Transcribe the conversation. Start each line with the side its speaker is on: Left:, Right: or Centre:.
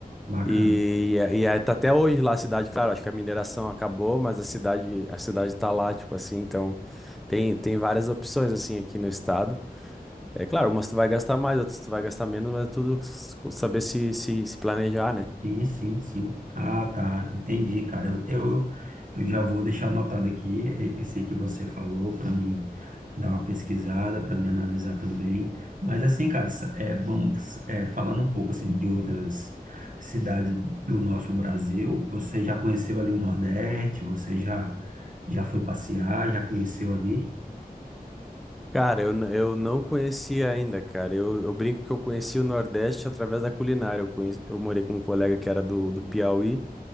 Right: bacana.
Centre: E, e aí tá até hoje lá a cidade, claro, acho que a mineração acabou, mas a cidade, a cidade tá lá, tipo assim, então tem, tem várias opções assim aqui no estado. É claro, umas tu vai gastar mais, outras tu vai gastar menos, mas é tudo s- saber se, se, se planejar, né?
Right: Sim, sim, sim. Ah, tá. Entendi, cara. Eu, eu, eu já vou deixar anotado aqui e- esse que você falou para mim dar uma pesquisada, para me analisar também. Mas assim, cara, sa- é, vamos, é, falando um pouco assim de outras cidades do nosso Brasil, você já conheceu ali o Nordeste? Você já, já foi passear? Já conheceu ali?
Centre: Cara, eu, n- eu não conhecia ainda, cara. Eu, eu brinco que eu conheci o Nordeste através da culinária. Eu, conheci, eu morei com um colega que era do, do
Right: Hum.
Centre: Piauí.